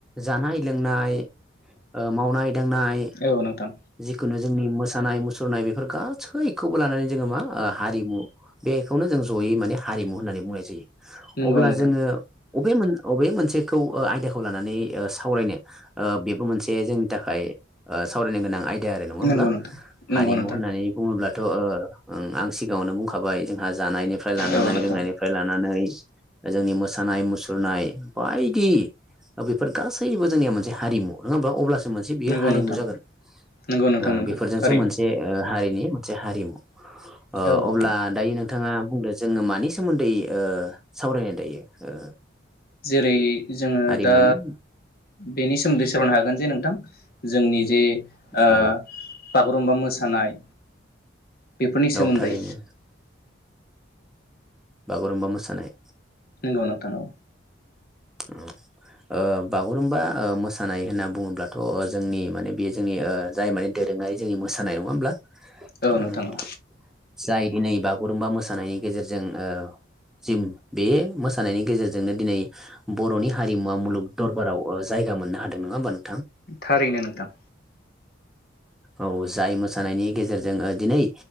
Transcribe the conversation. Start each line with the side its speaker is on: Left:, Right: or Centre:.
Centre: जानाय, लोंनाय ओ मावनाय दांनाय
Left: औ नोंथां
Centre: जिखुनु जोंनि मोसानाय, मुसुरनाय बेफोर गासैखौबो लानानै जोङो मा हारिमु, बेखौनो जों जयै माने हारिमु होननानै बुंनाय जायो।
Left: नंगौ
Centre: अब्ला
Left: नोंथां
Centre: जोङो अबे मोन- अबे मोनसेखौ ओ आयदाखौ लानानै सावरायनो बेबो मोनसे जोंनि थाखाय ओ सावरायनो गोनां। आयदा आरो नङा होमब्ला?
Left: नंगौ नोंथां नंगौ
Centre: हारिमु
Left: नोंथां
Centre: होननानै बुङोब्ला थ' ओ ओं आं सिगाङावनो बुंखा जाबाय जोंहा जानायनिफ्राय लानानै
Left: औ नोंथां
Centre: लोंनायनिफ्राय लानानै जोंनि मोसानाय मुसुरनाय बायदि बेफोर गासैबो जोंनि मोनसे हारिमु नङा होमबा अब्लास मोनसे बियो
Left: नंगौ
Centre: हारिमु
Left: नोंथां
Centre: जागोन।
Left: नंगौ नोंथां
Centre: ओ
Left: नंगौ
Centre: बेफोरजोंसो
Left: थारैनो
Centre: मोनसे ओ हारिनि मोनसे हारिमु। ओ
Left: औ नोंथां
Centre: अब्ला दायो नों थाङा बुंदो जोङो मानि सोमोन्दै ओ सावरायनो दायो? ओ
Left: जेरै- जोङो
Centre: हारिमुनि
Left: दा बेनि सोमोन्दै सावरायनो हागोन जे नोंथां जोंनि जे आ
Centre: औ
Left: बागुरुमबा मोसानाय बेफोरनि सोमोन्दै
Centre: औ थारैनो बागुरुम्बा मोसानाय
Left: नंगौ नोंथां औ।
Centre: उम ओ बागुरुम्बा ओ मोसानाय होनना बुङोब्लाथ' ओ जोंनि माने बेयो जोंनि ओ जाय माने दोरोङारि जोंनि मोसानाय नङा होमब्ला?
Left: औ
Centre: उम
Left: नोंथां औ
Centre: जाय दिनै बागुरुमबा मोसानायनि गेजेरजों ओ जों बे मोसानायनि गेजेरजोंनो दिनै बर'नि हारिमुवा मुलुग दरबाराव जायगा मोननो हादों नङा होमबा नों
Left: थारैनो नोंथां।
Centre: औ जाय मोसानायनि गेजेरजों दिनै